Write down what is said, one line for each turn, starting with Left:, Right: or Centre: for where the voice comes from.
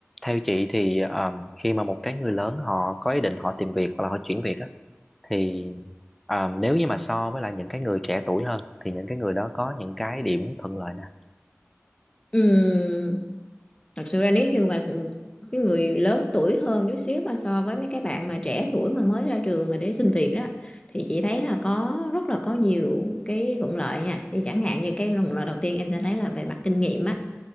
Centre: Theo chị thì um, khi mà một cái người lớn họ có ý định họ tìm việc hoặc là họ chuyển việc á thì um, nếu như mà so với lại những cái người trẻ tuổi hơn thì những cái người đó có những cái điểm thuận lợi nè.
Left: Ừm, thật sự ra nếu như mà s- cái người lớn tuổi hơn chút xíu mà so với mấy cái bạn mà trẻ tuổi mà mới ra trường mà để xin việc đó thì chị thấy là có rất là có nhiều cái thuận lợi nha thì chẳng hạn như cái thuận lợi đầu tiên em sẽ thấy là về mặt kinh nghiệm á